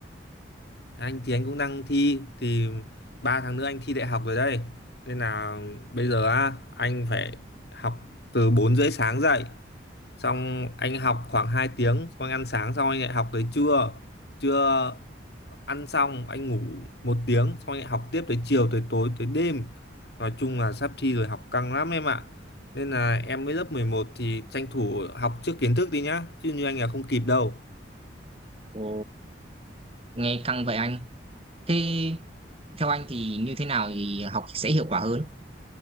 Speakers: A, on the left; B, on the right.
A: anh thì anh cũng đang thi thì ba tháng nữa anh thi đại học rồi đây nên là bây giờ á anh phải học từ bốn rưỡi sáng dậy xong anh học khoảng hai tiếng xong anh ăn sáng xong anh lại học tới trưa trưa ăn xong anh ngủ một tiếng xong anh lại học tiếp tới chiều tới tối tới đêm nói chung là sắp thi rồi học căng lắm em ạ nên là em mới lớp 11 thì tranh thủ học trước kiến thức đi nhá chứ như anh là không kịp đâu
B: Ồ, nghe căng vậy anh. Thế theo anh thì như thế nào thì học sẽ hiệu quả hơn?